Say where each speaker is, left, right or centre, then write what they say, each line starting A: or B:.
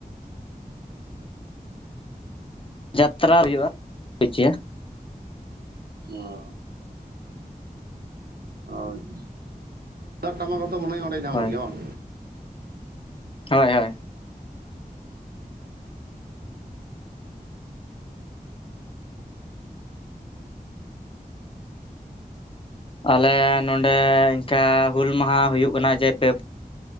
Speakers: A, on the left; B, on the right.
A: ᱡᱟᱛᱨᱟ ᱦᱩᱭᱩᱜᱼᱟ <unintelligible> ᱦᱩᱪᱮ
B: ᱚᱸᱻ ᱟᱪᱪᱷᱟ ᱛᱩᱢᱫᱟᱜ, ᱴᱟᱢᱟᱠ, ᱦᱚᱛᱚ ᱢᱚᱱᱮ ᱦᱚᱭ ᱚᱸᱰᱮ ᱧᱟᱢᱚᱜ
A: ᱦᱳᱭ
B: ᱜᱮᱭᱟ ᱵᱟᱝ?
A: ᱦᱳᱭᱻ ᱦᱳᱭ ᱟᱞᱮ ᱱᱚᱰᱮ ᱤᱱᱠᱟ ᱦᱩᱞ ᱢᱟᱦᱟ ᱦᱩᱭᱩᱜ ᱠᱟᱱᱟ ᱡᱮ ᱯᱮᱼᱼᱼ